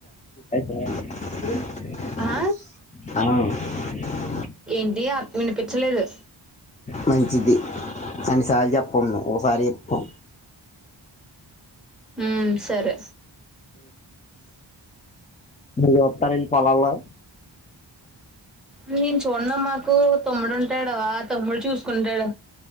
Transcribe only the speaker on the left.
అ
మంచిది అన్నిసార్లు చెప్పమ్ ఓసారి చెప్తం
మీర్ వత్తారండి పోలాలో